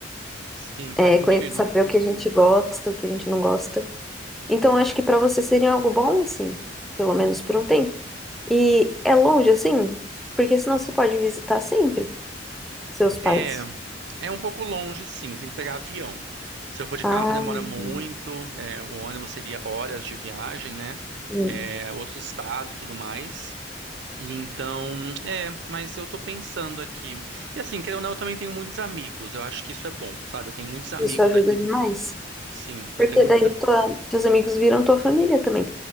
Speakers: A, on the right; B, in the centre.
A: Sim,
B: É,
A: faz sentido.
B: conhecer, saber o que a gente gosta, o que a gente não gosta. Então, acho que para você seria algo bom, assim, pelo menos por um tempo. E é longe, assim, porque senão você pode visitar sempre seus pais.
A: É, é um pouco longe, sim, tem que pegar avião. Se eu for de
B: Ah,
A: carro, demora
B: hum,
A: muito. é, o ônibus seria horas de viagem, né?
B: hum.
A: É, outro estado e tudo mais. E então, é, mas eu tô pensando aqui. E assim, querendo ou não, eu também tenho muitos amigos. Eu acho que isso é bom, sabe? Eu tenho muitos amigos
B: isso ajuda
A: aqui.
B: demais.
A: Sim,
B: Porque
A: eu tenho muita.
B: daí tua, teus amigos viram tua família também.